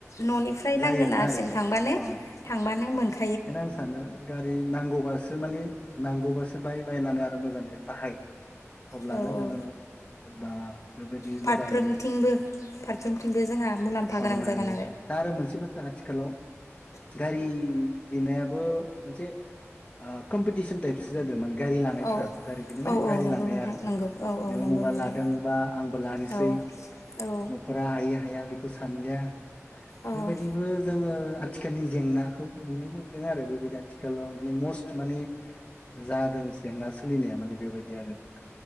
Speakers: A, on the left (about 90°); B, on the left (about 25°).
A: न'निफ्राय
B: जायोमोन
A: लांगोनासिम
B: आरो
A: थांबानो
B: अ
A: थांबानो मोनखोन
B: बेखायनो आं सानो गारि नांगौबासो। बेफोर माने नांगौबासो बाहाय बायनानै आरो मोजाङै बाहाय अब्लानो
A: औ
B: जोंङो बा बेबायदि
A: फारफ्रोमथिंबो
B: मोजाङै
A: फारफ्रोमथिंबो जोंहा मुलाम्फा
B: माबानो
A: गोनां जागोन
B: हायो। दा आरो मोनसे बाथ्रा आथिखालाव गारि लानायाबो मोनसे ओ कम्पिटीशन टाइपसो जालों मां गारि लानायफोराबो
A: औ
B: गारि बेनि माने
A: औ औ
B: गारि
A: नंगौ
B: लानाय
A: नोंथां
B: आरो
A: नंगौ औ औ
B: नै
A: नंगौ
B: उमुगा
A: नोंथां
B: लादोंबा आंबो लानोसै
A: औ औ
B: नखरा हायै हाया बेख खौ सानलिया
A: औ
B: बेबायदिबो जोङो। आथिखालनि जेंनाखौ नुनो मोनो। दङो आरो बेबाय आथिखालाव लेमस माने जादों जेंना सोलिनाया माने। बेबायदियानो